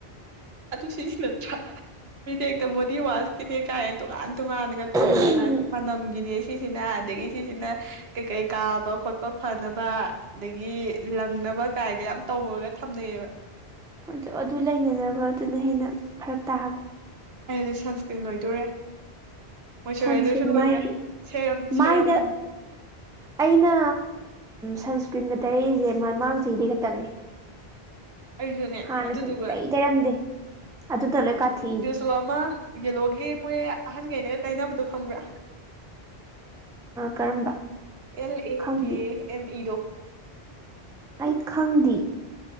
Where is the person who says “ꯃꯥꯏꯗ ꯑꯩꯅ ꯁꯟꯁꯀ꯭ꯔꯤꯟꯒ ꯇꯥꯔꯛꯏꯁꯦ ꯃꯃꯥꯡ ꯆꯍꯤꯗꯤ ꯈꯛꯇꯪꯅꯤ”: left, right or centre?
Centre